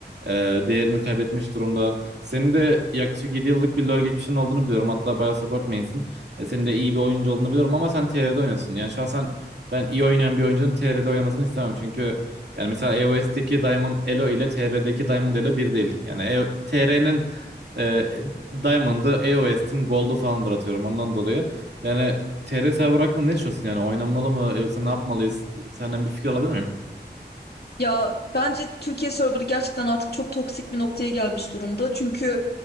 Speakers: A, on the right (about 75°); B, on the left (about 65°).
A: e, değerini kaybetmiş durumda. Senin de yaklaşık 7 yıllık bir LoL geçmişin olduğunu biliyorum. Hatta bayağı support main'sin. E, senin de iyi bir oyuncu olduğunu biliyorum ama sen TR'de oynuyorsun. Yani şahsen ben iyi oynayan bir oyuncunun TR'de oynamasını istemem. Çünkü yani mesela EOS'teki Diamond Elo ile TR'deki Diamond Elo bir değil. Yani TR'nin e, Diamond'ı, EOS'in Gold'u falandır atıyorum ondan dolayı. Yani TR server hakkında ne düşünüyorsun yani? Oynanmalı mı yoksa ne yapmalıyız? Senden bir fikir alabilir miyim?
B: Ya bence Türkiye serverı gerçekten artık çok toksik bir noktaya gelmiş durumda. Çünkü